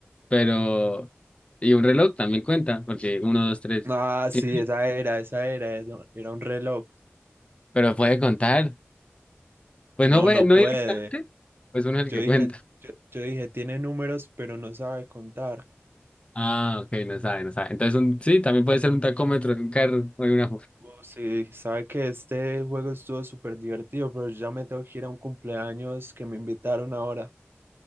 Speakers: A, on the left; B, on the right.
A: pero... Y un reloj también cuenta, porque uno, dos, tres.
B: Ah, sí,
A: Sí,
B: esa era, esa era, eso era un reloj.
A: pero puede contar. Pues
B: No,
A: no, puede-
B: no
A: no
B: puede.
A: directamente, pues uno es el
B: Yo
A: que
B: dije,
A: cuenta.
B: yo, yo dije, tiene números, pero no sabe contar.
A: Ah, ok, no sabe, no sabe. Entonces, un, sí, también puede ser un tacómetro de un carro o de una
B: Oh, sí, sabe que este juego estuvo súper divertido, pero yo ya me tengo que ir a un cumpleaños que me invitaron ahora.